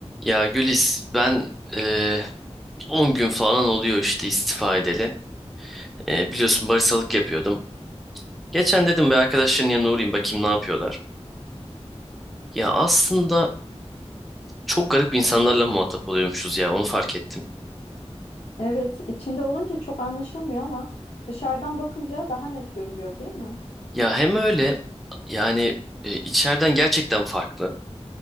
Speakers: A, in the centre; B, on the left.
A: Ya Gülis ben eee 10 gün falan oluyor işte istifa edeli. Eee, biliyorsun baristalık yapıyordum. Geçen dedim bir arkadaşların yanına uğrayayım bakayım ne yapıyorlar. Ya aslında çok garip insanlarla muhatap oluyormuşuz ya onu fark ettim.
B: Evet, içinde olunca çok anlaşılmıyor ama dışarıdan bakınca daha net görülüyor, değil mi?
A: Ya hem öyle yani e, içeriden gerçekten farklı.